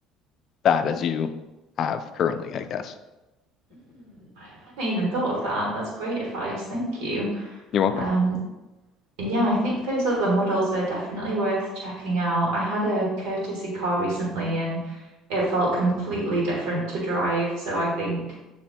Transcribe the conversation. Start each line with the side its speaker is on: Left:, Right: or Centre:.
Left: bad as you have currently I guess
Right: Mm, I hadn't even thought of that. That's great advice. Thank you.
Left: you're welcome
Right: Um, And yeah, I think those other models are definitely worth checking out. I had a courtesy car recently and it felt completely different to drive. So I think